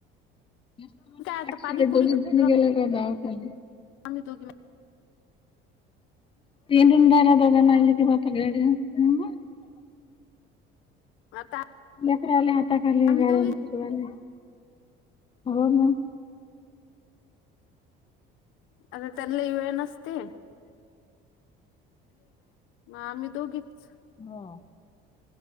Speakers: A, on the left; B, on the left.
A: <unintelligible>
B: आता पाणीपुरी
A: दोघीजणीच
B: खाऊ
A: गेल्या होत्या दवाखान्यात.
B: आम्ही दोघी मे
A: <unintelligible>
B: आता
A: लेकराला आता खाली
B: आम्ही
A: गाडी
B: दोघी
A: फिरवा हो म
B: आता त्यांनलाही वेळ नसते. म आम्ही दोघीच.
A: हो